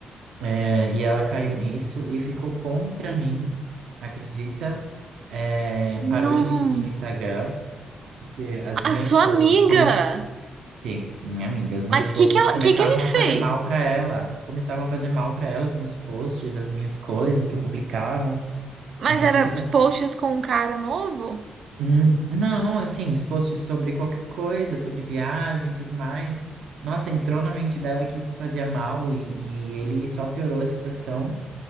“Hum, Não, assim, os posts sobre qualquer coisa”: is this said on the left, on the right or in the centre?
Right